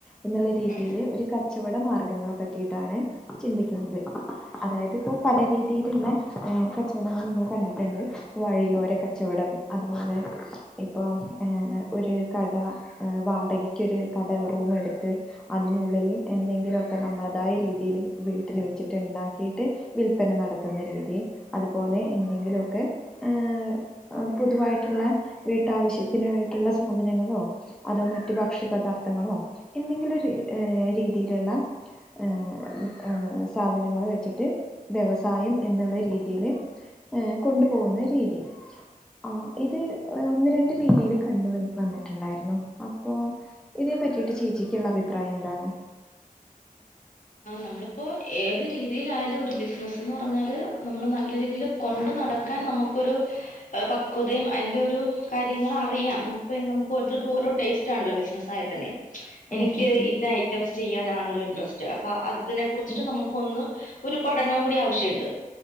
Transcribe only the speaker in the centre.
എന്നുള്ള രീതിയില്
ഒരു കച്ചവട മാർഗങ്ങളെ പറ്റിയിട്ടാണ് ചിന്തിക്കുന്നത് അതായത് ഇപ്പോ പല രീതിയിലുള്ള കച്ചവടങ്ങൾ നമ്മൾ കണ്ടിട്ടുണ്ട്. വഴിയോര കച്ചവടം അത് പോലെ ഇപ്പോ ഏഹ് ഒരു കട ഏഹ് വാടകയ്ക്ക് ഒരു കട റൂം എടുത്ത് അതിനുള്ളിൽ എന്തെങ്കിലുമൊക്കെ നമ്മ തായ രീതിയിൽ വീട്ടിൽ വെച്ചിട്ട് ഇണ്ടാക്കിയിട്ട് വിൽപന നടത്തുന്ന രീതി അത്പോലെ എന്തെങ്കിലൊക്കെ ഏഹ് പൊതുവായിട്ടുള്ള വീട്ടാവശ്യത്തിനായിട്ടുള്ള സാധനങ്ങളോ അതോ മറ്റു ഭക്ഷ്യപദാർത്ഥങ്ങളോ എന്തെങ്കിലും രീ ഏഹ് രീതിയിലുള്ള ഏഹ് ഏഹ് സാധനങ്ങൾ വെച്ചിട്ട് വ്യവസായം എന്നുള്ള രീതിയില് ഏഹ് കൊണ്ട് പോകുന്ന രീതി. ആഹ് ഇത് ഒന്ന് രണ്ട് രീതിയിൽ കണ്ട് വന്ന് വന്നിട്ടുണ്ടായിരുന്നു അപ്പോ ഇതേ പറ്റീട്ട് ചേച്ചിക്കിള്ള അഭിപ്രായം എന്താണ്?
ഉം
ഉം
ഉം ഉം ഉം
ഉം